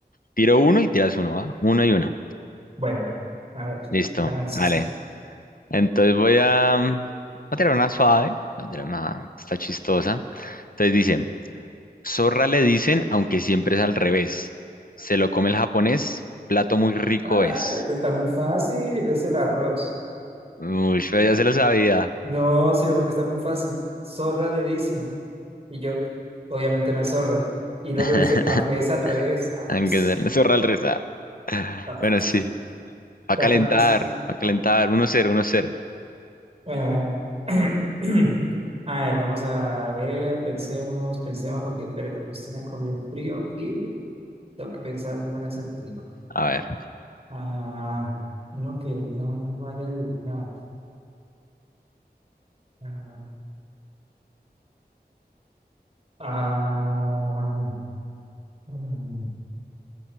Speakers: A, on the left (about 55°); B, on the right (about 35°).
A: tiro uno y tiras uno, ¿va? Uno y uno,
B: Bueno, bueno, a ver,
A: listo,
B: láncese.
A: vale. Entonces voy a, voy a tirar una suave, voy a tirar una, está chistosa. Entonces dice... Zorra le dicen, aunque siempre es al revés. Se lo come el japonés, plato muy rico
B: Ah,
A: es.
B: eso está muy fácil, es el arroz.
A: Uy, pero ya se lo sabía.
B: No, sino porque está muy fácil. Zorra le dicen, y yo, obviamente no es zorra. Y luego
A: <laughs>
B: dice, aunque es al revés. Ah,
A: Aunque
B: ps,
A: sea la zorra al revés. ah.
B: está fácil,
A: Bueno, sí.
B: está
A: Va a calentar,
B: fácil.
A: va a calentar. Uno cero, uno cero.
B: Bueno, bueno, bueno. <clears throat> A ver, vamos a ver, pensemos, pensemos, porque espere, porque usted me cogió el frío y tengo que pensar un buen acertijo.
A: A ver.
B: Ah, uno que no vaya a adivinar. Ah, ah, mm,